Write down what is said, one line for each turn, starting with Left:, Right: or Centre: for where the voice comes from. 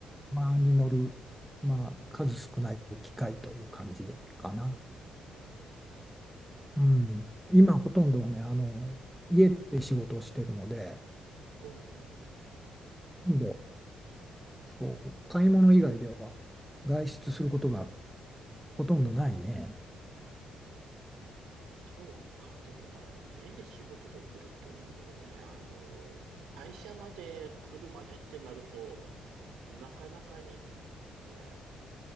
Centre: まあ、に乗る、まあ、数少ない機会という感じでかな。
Right: うん
Centre: うん、今、ほとんどはね、あの、家で仕事をしてるので、
Right: うんうんうん。
Centre: ほとんどそう買い物以外では外出することがほとんどないね。
Right: あ、そうか。でもまあ、家で仕事できるといいよね。あの、会社まで車でってなると、なかなかにね、